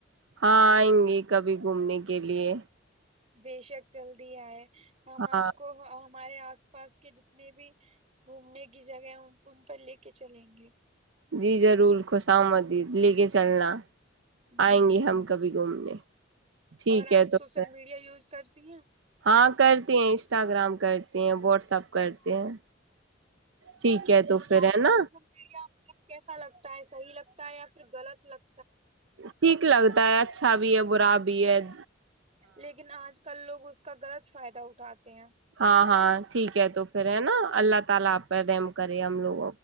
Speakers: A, on the right; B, on the right.
A: ہاں آئیں گے کبھی گھومنے کے لیے
B: بے شک جلدی آئے ہم
A: ہاں
B: آپ کو ہمارے آس پاس کے جتنے بھی گھومنے کی جگہ ہے ان پر لے کے چلیں گے
A: جی ضرور خوش آؤں مدید لے کے چلنا
B: جی
A: آئیں گی ہم کبھی گھومنے ٹھیک
B: اور آپ
A: ہے تو
B: سوشل
A: پھر
B: میڈیا یوز کر تین
A: ہاں کرتے ہیں انسٹاگرام کرتے ہیں واٹسپ کرتے ہیں
B: جی
A: ٹھیک ہے تو پھر
B: آپ
A: ہے
B: کو
A: نا
B: سوشل میڈیا مطلب کیسا لگتا ہے صحیح لگتا ہے یا پھر غلط لگ
A: ٹھیک لگتا ہے اچھا بھی ہے برا بھی بی ایڈ
B: لیکن آج کل لوگ اس ک گرت ک فائدہ اٹھاتے ہیں
A: ہاں ہاں ٹھیک ہے تو پھر ہے نا اللہ تعالی اپ پر رحم کرے ہم لوگ